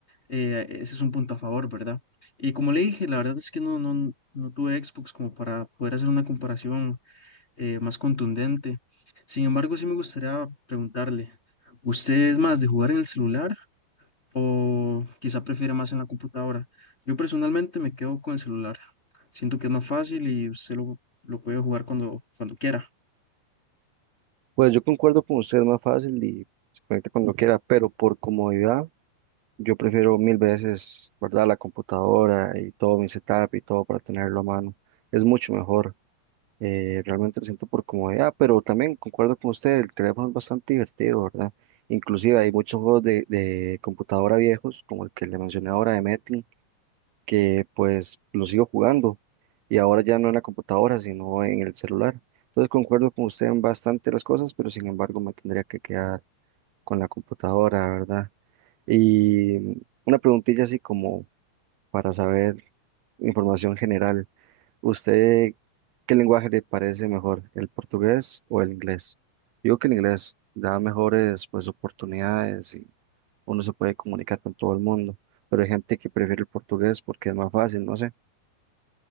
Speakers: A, on the left; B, on the right.
A: eh, ese es un punto a favor, ¿verdad? Y como le dije, la verdad es que no, no, no tuve Xbox como para poder hacer una comparación eh, más contundente. Sin embargo, sí me gustaría preguntarle, ¿usted es más de jugar en el celular o quizá prefiere más en la computadora? Yo personalmente me quedo con el celular. Siento que es más fácil y usted lo, lo puede jugar cuando, cuando quiera.
B: Pues yo concuerdo con usted, es más fácil y se conecta cuando quiera, pero por comodidad yo prefiero mil veces, ¿verdad? La computadora y todo mi setup y todo para tenerlo a mano. Es mucho mejor. eh, realmente lo siento por comodidad, pero también concuerdo con usted, el teléfono es bastante divertido, ¿verdad? Inclusive hay muchos juegos de, de computadora viejos, como el que le mencioné ahora de Metin, que pues lo sigo jugando y ahora ya no en la computadora, sino en el celular. Entonces concuerdo con usted en bastante las cosas, pero sin embargo me tendría que quedar con la computadora, ¿verdad? Y una preguntilla así como para saber información general. ¿Usted qué lenguaje le parece mejor, el portugués o el inglés? Digo que el inglés da mejores pues oportunidades y uno se puede comunicar con todo el mundo, pero hay gente que prefiere el portugués porque es más fácil, no sé.